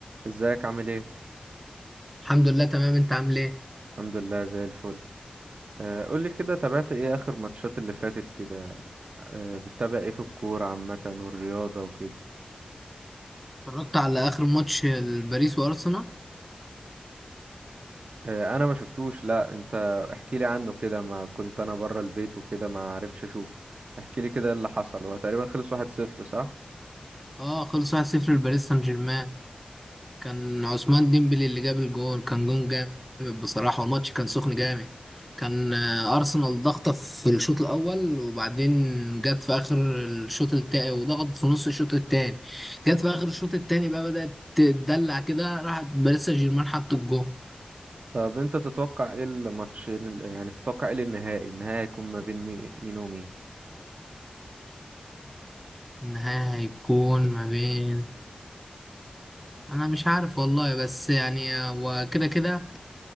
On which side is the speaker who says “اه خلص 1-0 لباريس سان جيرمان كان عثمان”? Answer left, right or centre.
Centre